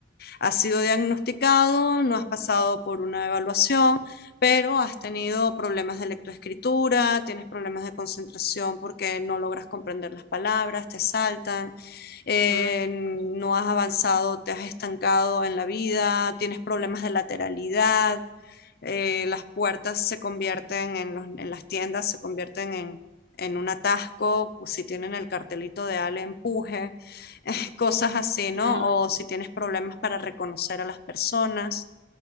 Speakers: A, on the left; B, on the right.
A: has sido diagnosticado, no has pasado por una evaluación, pero has tenido problemas de lectoescritura, tienes problemas de concentración porque no logras comprender las palabras, te saltan, eh,
B: Mm,
A: no
B: ok.
A: has avanzado, te has estancado en la vida, tienes problemas de lateralidad eh, las puertas se convierten en, los- en las tiendas, se convierten en, en un atasco, si tienen el cartelito de Ale, empuje, <laughs> eh, cosas así, ¿no?
B: Mm,
A: O si tienes problemas para reconocer a las personas